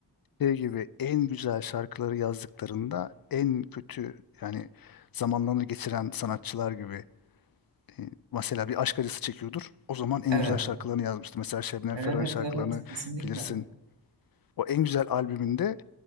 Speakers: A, on the left (about 55°); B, on the right (about 80°).
A: Şey gibi en güzel şarkıları yazdıklarında en kötü yani zamanlarını geçiren sanatçılar gibi e, mesela bir aşk acısı çekiyordur. O zaman en
B: Evet,
A: güzel şarkılarını yazmıştı. Mesela Şebnem
B: evet,
A: Ferah'ın şarkılarını
B: evet, kesinlikle.
A: bilirsin. O en güzel albümünde